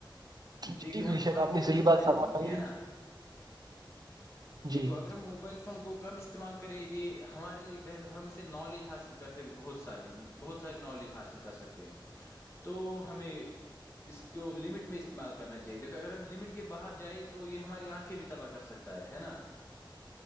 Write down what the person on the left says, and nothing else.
دیکھیے
ہم بات
کریں
موبائل
فون کی ہے نا
دیکھو اگر موبائل فون کو کم استعمال کرے یہ ہمارے لیے بہتر ہم اسے نالج حاصل کرتے بہت ساری بہت ساری نالج حاصل کر سکتے ہیں تو ہمیں اس کو لمٹ میں استعمال کرنا چاہیے دیکھ کہ اگر ہم لمٹ کے باہر جائیں تو یہ ہماری آنکھیں بھی تباہ کر سکتا ہے ہے نا